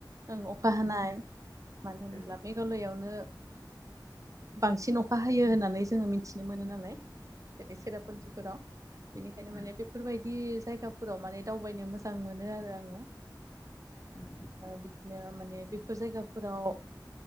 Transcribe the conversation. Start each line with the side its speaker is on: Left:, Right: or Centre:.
Right: ओ अखा
Left: उम
Right: हानाय मानो होनब्ला
Left: ओ
Right: बे गलयावनो बांसिन अखा हयो होननानै जोङो मिथिनो मोनो नालाय जेरै सेरापन्जिफोराव बेनिखायनो
Left: उम
Right: माने बेफोरबायदि जायगाफोराव माने दावबायनो मोजां मोनो आरो आङो
Left: उम
Right: बिदिनो माने बेफोर जायगाफोराव